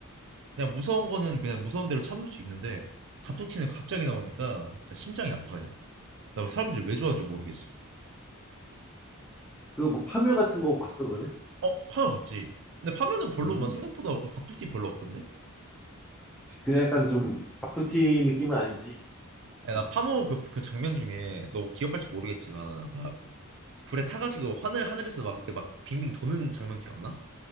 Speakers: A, on the right; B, in the centre.
A: 그냥 무서운 거는 그냥 무서운 대로 참을 수 있는데 갑툭튀는
B: 음,
A: 갑자기 나오니까 진짜 심장이 아파 그냥. 나 사람들이 왜 좋아하는지 모르겠어.
B: 그거 뭐 파묘 같은 거 봤어 그러면?
A: 어, 파묘 봤지? 근데 파묘는 별로
B: 음,
A: 막 생각보다 그 갑툭튀 별로 없던데?
B: 그 약간 좀 갑툭튀 느낌은 아니지.
A: 야, 나
B: 음.
A: 파묘 그, 그 장면 중에 너 기억할지 모르겠지만 막 불에 타가지고 하늘 하늘에서 막 이렇게 막 빙빙 도는 장면 기억나?